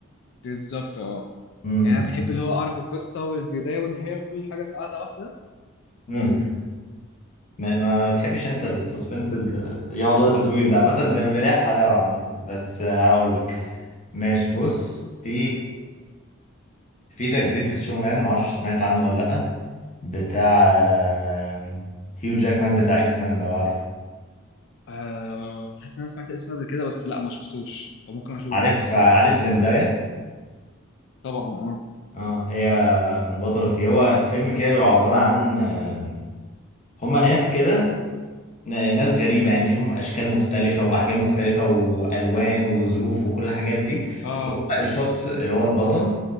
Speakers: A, on the left; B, on the left.
A: بالظبط اه
B: امم
A: يعني انا بحب اللي هو اعرف القصه والبدايه والنهايه وكل حاجه في قاعده واحده
B: امم
A: واقوم
B: ما, ما بتحبش انت السسبنس اللي يقعد وقت طويل ده عامة ده بيبقى ليه حلاوة عامة بس آه، هقول لك ماشي بص في في ذا جريتست شو مان معرفش سمعت عنه ولا لأ بتاع آه، هيو جاكمان بتاع اكس مان لو عارفه
A: آه حاسس ان انا سمعت اسمه قبل كده بس لا ما شفتوش فممكن اشوفه
B: عارف عارف زندايا
A: طبعا اه
B: اه هي بطلة فيه هو فيلم كده بيبقى عبارة عن آه، هما ناس كده ن- ناس غريبة يعني ليهم أشكال مختلفة وأحجام مختلفة وألوان وظروف وكل الحاجات دي
A: اه
B: الشخص اللي هو البطل